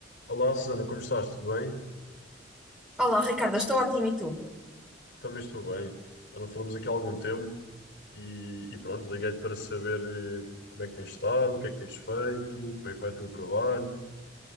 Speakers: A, on the left; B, in the centre.
A: Olá, Susana, como estás? Tudo bem?
B: Olá, Ricardo, estou ótima e tu?
A: Também estou bem. Já não falamos aqui há algum tempo e, e pronto, liguei-te para saber eh, como é que tens estado, o que é que tens feito, como é que vai o teu trabalho.